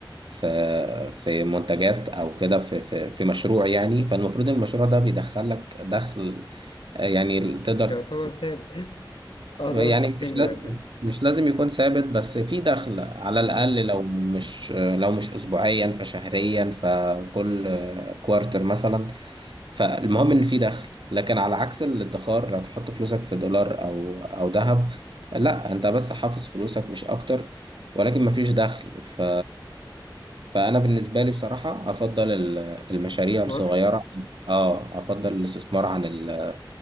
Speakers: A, on the right; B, on the left.
A: في في منتجات او كده في في في مشروع يعني فالمفروض المشروع ده بيدخل لك دخل يعني تقدر
B: يعتبر ثابت <laughs> اقدر
A: يعني
B: اصرف
A: مش
B: منه
A: لا-
B: مثلا
A: مش لازم يكون ثابت بس في دخل على
B: مم.
A: الأقل لو مش لو مش أسبوعيا فشهريا فكل كوارتر مثلا فالمهم إن في دخل لكن على عكس الادخار لو تحط فلوسك في دولار أو أو ذهب لا أنت بس حافظ فلوسك مش أكتر ولكن مفيش دخل ف فأنا بالنسبة لي بصراحة أفضل ال- المشاريع
B: استثمار
A: الصغيرة اه أفضل الاستثمار عن ال...